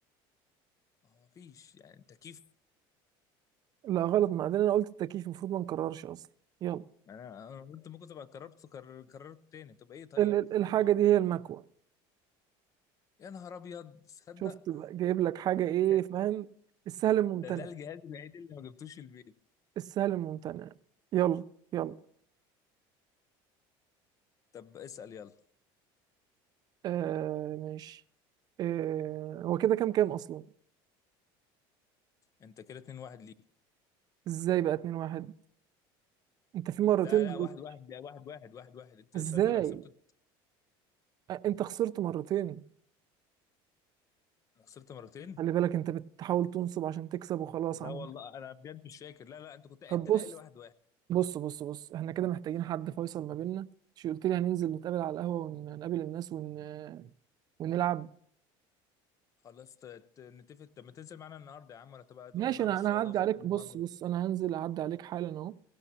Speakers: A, on the left; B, on the right.
A: ما هو مفيش يعني تكييف
B: لا غلط ما عندنا انا قلت التكييف المفروض ما نكررش اصلا يلا
A: انا أنا قلت ممكن تبقى قررت قرر- قررت تاني طب ايه طيب
B: ال- ال-
A: في
B: الحاجة
A: إيه؟
B: دي هي المكوة
A: يا نهار ابيض تصدق
B: شفت بقى جايب لك حاجة ايه
A: ده
B: فاهم السهل الممتنع
A: ده ده الجهاز الوحيد اللي ما جبتوش البيت
B: السهل الممتنع يلا يلا
A: طب اسأل يلا
B: آه ماشي آه هو كده كام كام اصلا
A: انت كده 2 1 ليك
B: ازاي بقى اتنين واحد انت في مرتين
A: لا لا
B: غلطت.
A: واحد واحد ده واحد واحد واحد واحد انت
B: ازاي
A: السؤال ده لو كسبته
B: آه، انت خسرت مرتين
A: أنا خسرت مرتين
B: خلي بالك انت بتحاول تنصب عشان تكسب وخلاص
A: لا
B: عم
A: والله انا بجد مش فاكر لا لا انت كنت انت
B: طب بص
A: اللي قايل لي واحد واحد
B: بص بص بص احنا كده محتاجين حد فيصل ما بيننا شو قلت لي هننزل نتقابل على القهوة ونقابل الناس ون... ونلعب
A: خلاص ت- ت- نتفق طب ما تنزل معانا النهارده يا عم ولا تبقى
B: ماشي
A: تقول لي بقى
B: انا
A: مش
B: انا
A: فاضي
B: هعدي
A: زي
B: عليك
A: كل مره
B: بص بص انا هنزل اعدي عليك حالا اهو